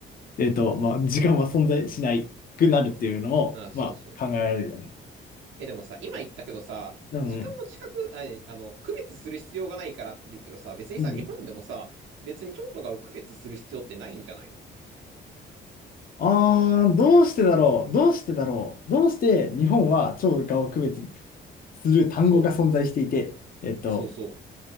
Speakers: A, on the left (about 45°); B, on the right (about 75°).
A: う。えっと、まあ、時間は存在しないくなるっていうのを、
B: あ、そうそう。
A: まあ、考えられるよね。
B: え、でもさ、今言ったけどさ、
A: うんうん。
B: 時間を近く、あ、えあの、区別する必要がないからって言うけどさ、別にさ、
A: うん
B: 日本でもさ、別に蝶とかを区別する必要ってないんじゃないの
A: あー、どうしてだろうどうしてだろうどうして日本は超がを区別する単語が存在していて、
B: そ
A: えっと、
B: う、そうそう。